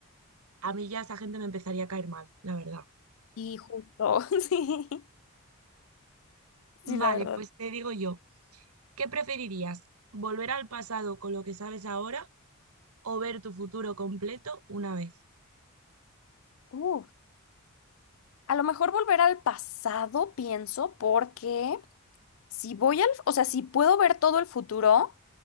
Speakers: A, on the right; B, on the left.
A: A mí ya esa gente me empezaría a caer mal, la verdad.
B: Y justo, <laughs> sí,
A: Vale,
B: sí, la verdad.
A: pues te digo yo. ¿Qué preferirías? ¿Volver al pasado con lo que sabes ahora o ver tu futuro completo una vez?
B: Uf. A lo mejor volver al pasado, pienso, porque si voy al, o sea, si puedo ver todo el futuro.